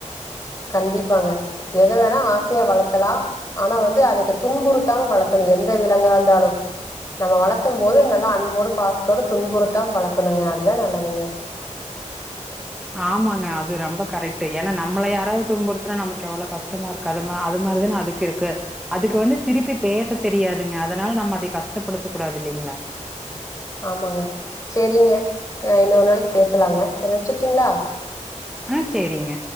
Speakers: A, on the left; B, in the centre.
A: கண்டிப்பாங்க எத வேணா ஆசையா வளத்தலா ஆனா வந்து அதைக்கு துன்புறுத்தாம வளத்தணு எந்த விலங்கா இருந்தாலு நம்ம வளத்தும் போது நல்லா அன்போடு பாசத்தோடு துன்புறுத்தாம வளத்தனுங்க அதுதா நல்லதுங்க
B: ஆமாங்க அது ரொம்ப கரெக்ட்டு ஏனா நம்மல யாராவது துன்புறதுனா நமக்கு எவ்ள கஷ்டமா இருக்கு கதமா அது மாரிதானே அதுக்கு இருக்கு அதுக்கு வந்து திருப்பி பேச தெரியாதுங்க அதனால நம்ம அதை கஷ்டப்படுத்த கூடாது இல்லைங்ளா
A: ஆமாங்க செரிங்க இன்னொரு நாளைக்கி பேசலாங்க செரி வச்சுட்டுங்ளா
B: ஆ சேரிங்க